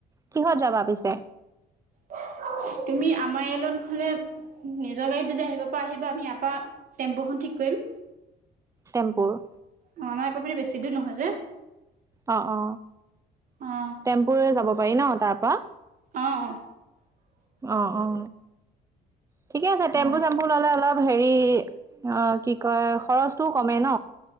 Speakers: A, on the right; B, on the right.
A: কিহত যাবা পিছে।
B: তুমি আমাৰ এয়ালৈ ন হলে, নিজৰ গাড়ত যদি আহিব পৰা আহিবা আমি ইয়াৰ পৰা তেম্পুখন ঠিক কৰিম।
A: তেম্পুৰ।
B: অ, আমাৰ ইাৰপ মাননি বেছি দূৰ নহয় যে।
A: অ, অ
B: অ
A: চেম্পুৰে যাব পাৰি ন তাৰ পৰা।
B: অ অ
A: অ, অ। ঠিকে আছে তেম্পু-চেম্পু
B: অ
A: ললে অলপ হেৰি অ কি কয় খৰচটোও কমে ন।